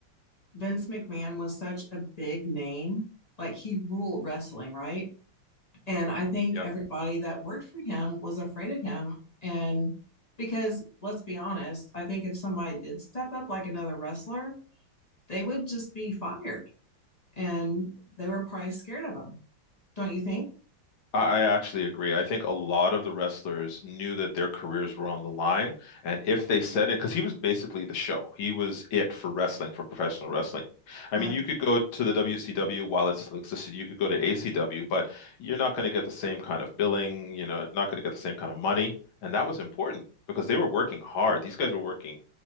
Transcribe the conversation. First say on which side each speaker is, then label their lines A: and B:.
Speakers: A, on the left; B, on the left.
A: Vince McMahon was such a big name. Like he ruled wrestling, right? And I think
B: Yep.
A: everybody that worked for him was afraid of him. And because let's be honest, I think if somebody did step up like another wrestler, they would just be fired. And they were probably scared of him. Don't you think?
B: I I actually agree. I think a lot of the wrestlers knew that their careers were on the line. And if they said it, because he was basically the show, he was it for wrestling, for professional wrestling. I
A: Right.
B: mean, you could go to the WCW while it still existed, you could go to ACW, but you're not going to get the same kind of billing, you know, not going to get the same kind of money. And that was important because they were working hard. These guys were working